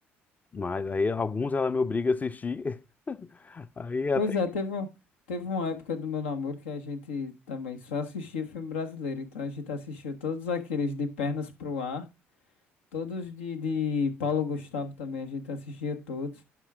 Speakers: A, on the left; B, on the left.
A: Mas aí alguns ela me obriga a assistir, <laughs> aí até...
B: Pois é, teve, um- teve uma época do meu namoro que a gente também só assistia filme brasileiro. Então a gente assistiu todos aqueles de Pernas pro Ar, todos de, de Paulo Gustavo também, a gente assistia todos.